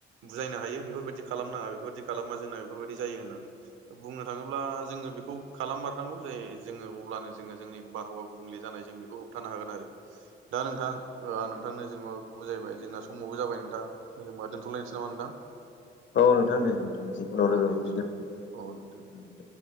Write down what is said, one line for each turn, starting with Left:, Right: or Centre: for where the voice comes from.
Right: बुजायनो हायो बेफोरबायदि खालामनाङा बेफोरबायदि खालामबा जोंना बेफोरबायदि जायो होननानै। बुंनो थाङोब्ला जोङो बेखौ खालाममारनांगौ जे जोङो अब्लानो जोङो जोंनि बारहावा गुबुंले जानाय जों बेखौ होबथानो हागोन आरो दा नोंथां आं नोंथांनो जेनेबा बेखौ बुजायबाय जोंना समावबो जाबाय नोंथां जों होनबा दोनथ'लायनोसै नामा नोंथां
Left: औ नोंथां दे दोनथ'नोसै उनाव लोगो
Right: औ दे
Left: मोनफिनगोन
Right: नोंथां औ नोंथां।